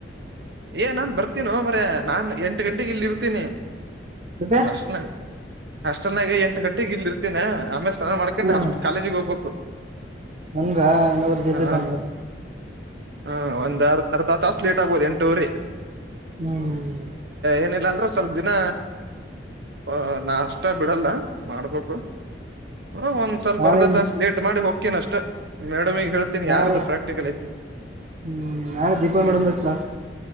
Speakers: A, on the right (about 60°); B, on the right (about 40°).
A: ಏ ನಾನ್ ಬರ್ತೀನೋ ಮ್ರ ನಾನ್ ಎಂಟು ಗಂಟೆೆಗೆ ಇಲ್ಲಿ ಇರ್ತೀನಿ
B: ಯಾಕೆ
A: ಪ್ರಶನೆ ಹಸ್ಟೆಲ್ನಾಗೆ ಎಂಟು ಗಂಟೆಗ್ ಇಲ್ ಇರ್ತೇನ ಆಮೇಲೆ ಸ್ನಾನ ಮಾಡ್ಕೊಂಡು
B: ಹ್ಮ್
A: ಕಾಲೇಜಿಗೆಗ್ ಹೋಗ್ಬೇಕು
B: ಹಂಗ ಹಂಗದ್ರ ಜಲ್ದಿ
A: ಹಾ
B: ಬ ಹಂಗ
A: ಹಾ ಒಂದ್ ಅರ್ಧ ಅರ್ಧ ತಾಸ ಲೀಟ್ ಆಗ್ಬೋದು ಎಂಟೂರಿ
B: ಹ್ಮ್
A: ಏನಿಲ್ಲ ಅಂದ್ರೆ ಸ್ವಲ್ಪ ದಿನ ಹ ನಾ ಅಷ್ಟ ಬಿಡಲ್ಲ ಮಾಡ್ಬೇಕು ಒ ಸ್ವಲ್ಪ
B: ನಾಳೆ
A: ಅರ್ಧ ತಾಸ ಲೇಟ್ ಮಾಡಿ ಹೋಗ್ತೇನ ಅಷ್ಟ ಮೇಡಮ್ಗ ಹೇಳ್
B: ನಾಳೆ
A: ಯಾರ್ದು ಪ್ರಾಕ್ಟಿಕಲ್ ಐತಿಿ
B: ಹ್ಮ್ ನಾಳೆ ದೀಪಾ
A: ಹ್ಮ್
B: ಮೇಡಮ್ ಕ್ಲಾಸ್